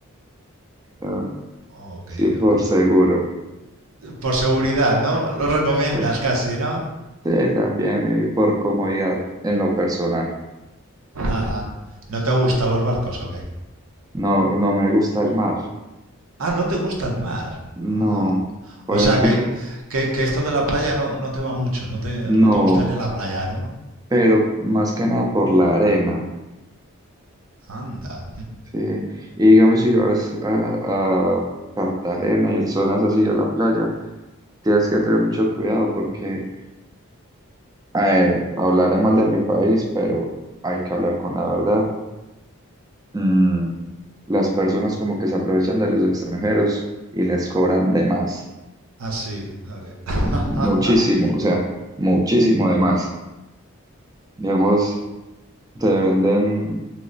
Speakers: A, on the right; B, on the right.
A: Ah,
B: Ok,
A: Sí, por
B: ok.
A: seguro.
B: Por seguridad, ¿no? Lo recomiendas
A: Eh,
B: casi, ¿no?
A: Sí, también y por comodidad en lo personal.
B: Ajá. ¿No te gustan los barcos o qué?
A: No, no me gusta el mar.
B: Ah, no te gusta el mar.
A: No,
B: Ah.
A: por
B: O sea,
A: ejemplo,
B: que, que, que esto de la playa no, no te va mucho, no te,
A: no,
B: no te gustaría la playa, ¿no?
A: pero más que nada por la arena.
B: Anda.
A: Sí. Y digamos, si vas a, a Cartagena y zonas así a la playa, tienes que tener mucho cuidado porque eh, hablaré mal de mi país, pero hay que hablar con la verdad. Mm, las personas como que se aprovechan de los extranjeros y les cobran de más.
B: Ah, sí. ok. <laughs>
A: Muchísimo, o sea, muchísimo de más. Digamos, te venden,